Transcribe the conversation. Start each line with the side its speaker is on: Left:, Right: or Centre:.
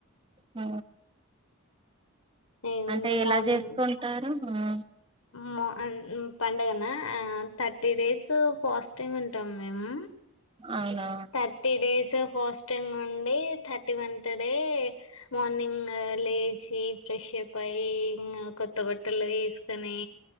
Right: ఆ
Left: ఏముంది
Right: అంటే ఎలా
Left: మార్నింగ్
Right: చేసుకుంటారు ఆ
Left: మో అన్ అ పండగనా ఆ థర్టీ డేస్ ఫాస్టింగ్ ఉంటాం మేము
Right: అవునా
Left: థర్టీ డేస్ సపోజ్ ఇంగ్ అండి థర్టీ వన్త్ డే మార్నింగ్ లే షి ఫ్రెష్ అప్ అయ్యి ఇంగ కొ త్త బట్టలు ఏసుకొని